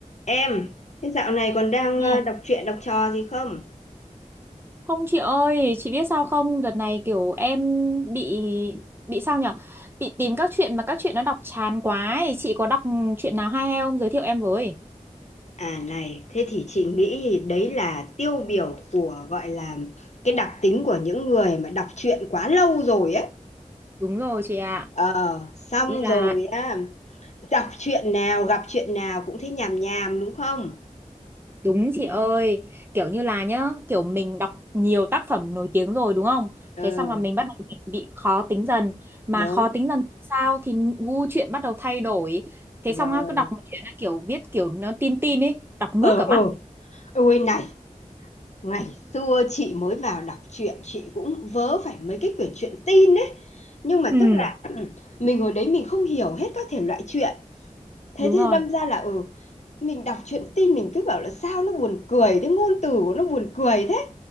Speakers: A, on the left; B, on the right.
A: Em, thế dạo này còn đang
B: Nè,
A: ờ, đọc truyện đọc trò gì không?
B: không chị ơi, chị biết sao không? Đợt này kiểu em bị bị sao nhở? Bị tìm các chuyện mà các chuyện nó đọc chán quá ấy. Chị có đọc chuyện nào hay hay không? Giới thiệu em với.
A: À này, thế thì chị nghĩ đấy là tiêu biểu của gọi là cái đặc tính của những người mà đọc truyện quá lâu rồi ấy.
B: Đúng rồi chị ạ.
A: Ờ, xong
B: Kiểu Như là
A: rồi á, đọc truyện nào gặp chuyện nào cũng thấy nhàm nhàm đúng không?
B: đúng chị ơi, kiểu như là nhá, kiểu mình đọc nhiều tác phẩm nổi tiếng rồi đúng không?
A: Ừ,
B: Thế xong là mình bắt đầu bị bị khó tính dần, mà
A: đúng,
B: khó tính dần thì sao thì gu chuyện bắt đầu thay đổi. Thế
A: rồi.
B: xong á, cứ đọc một chuyện á, kiểu viết kiểu nó tin tin ấy, đọc ngước
A: Ờ,
B: cả mắt.
A: ờ, ôi này, ngày xưa chị mới vào đọc truyện, chị cũng vớ phải mấy cái quyển truyện tin ấy. Nhưng mà
B: Ừ.
A: tức là <clears throat> mình hồi đấy mình không hiểu hết các thể loại truyện Thế
B: Đúng
A: thì
B: rồi.
A: đâm ra là, ừ, mình đọc truyện tin mình cứ bảo là sao nó buồn cười, cái ngôn từ của nó buồn cười thế.